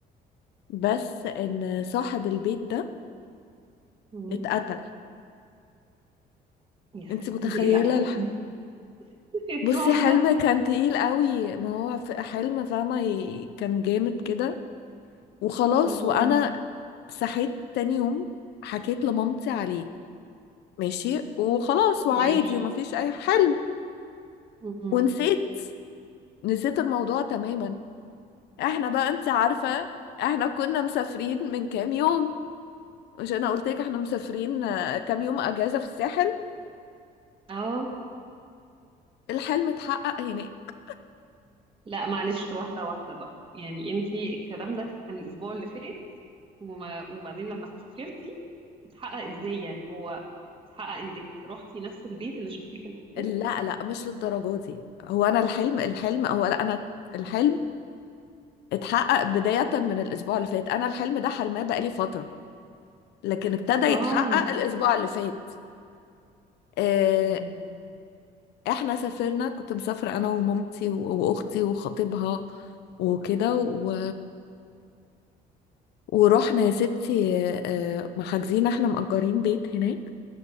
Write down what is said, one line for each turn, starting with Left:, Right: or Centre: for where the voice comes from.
Left: بس ان صاحب البيت ده
Right: امم
Left: اتقتل
Right: يا ساتر
Left: انت متخيلة
Right: ده ايه الاحلام
Left: الح...
Right: دي <laughs> ايه
Left: بصي
Right: الرعب
Left: حلم
Right: ده
Left: كان تقيل قوي ما هو في حلم فاهمة ي- كان جامد كده وخلاص
Right: امم
Left: وانا صحيت تاني يوم حكيت لمامتي عليه ماشي وخلاص وعادي
Right: ماشي
Left: ومفيش اي حل
Right: امم
Left: ونسيت نسيت الموضوع تماما احنا بقى انت عارفة احنا كنا مسافرين من كام يوم مش انا قلت لك احنا مسافرين آه، كام يوم اجازة في الساحل
Right: اه
Left: الحلم اتحقق هناك
Right: لا معلش واحدة واحدة بقى يعني انتي الكلام ده كان الأسبوع اللي فات وما وبعدين لما سافرتي اتحقق ازاي يعني هو اتحقق انك روحتي نفس البيت اللي شفتيه في الحلم
Left: لا لا مش للدرجة دي هو انا الحلم الحلم هو لا انا الحلم اتحقق بداية من الاسبوع اللي فات انا الحلم ده حلماه بقالي فترة لكن ابتدى يتحقق
Right: اه
Left: الاسبوع اللي فات آه،
Right: مم.
Left: احنا سافرنا كنت مسافرة انا ومامتي و- واختي وخطيبها وكده و... ورحنا يا ستي آه، محجزين احنا مأجرين بيت هناك